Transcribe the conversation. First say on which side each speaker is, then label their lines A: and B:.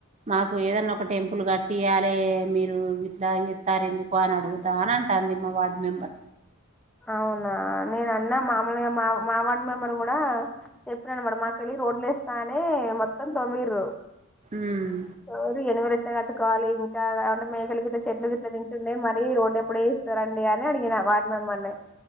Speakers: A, on the right (about 35°); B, in the centre.
A: మాకు ఏదన్నా ఒక టెంపుల్ కట్టియాలి మీరు ఇట్లా ఎత్తారు ఎందుకో అని అడుగుతా అని అంటాది మా వార్డ్ మెంబర్
B: అవునా నేను అన్న మామూలుగా మా మా వార్డు మెంబర్ కూడా చెప్పినాడుమాట మాకు తెలీదు రోడ్లు వేస్తా అనీ మొత్తం తవ్విర్రు
A: ఉమ్
B: ఎవరు ఎనభై లక్షలు కట్టుకోవాలి ఇంకా మేకలు గిట్ల చెట్లు గిట్ల తింటుండే మరి రోడ్డు ఎప్పుడేయిస్తరండి అని అడిగిన వార్డు మెంబర్ ని